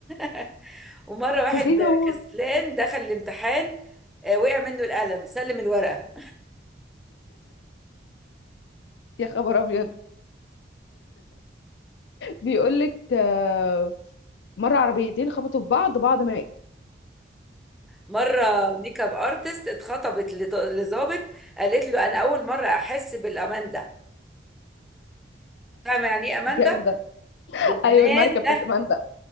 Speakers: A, in the centre; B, on the left.
A: <laughs> ومرة واحد
B: <laughs> سخيفه موت
A: كسلان دخل الامتحان آه، وقع منه القلم سلم الورقة
B: يا خبر ابيض بيقول لك آه مره عربيتين خبطوا في بعض بعض مات
A: مرة ميك اب ارتست اتخطبت لط- لظابط قالت له انا اول مرة احس بالامان ده فاهمة يعني ايه امان
B: جامده
A: ده بالامان
B: ايوه المركب بتاعت
A: ده
B: ماندا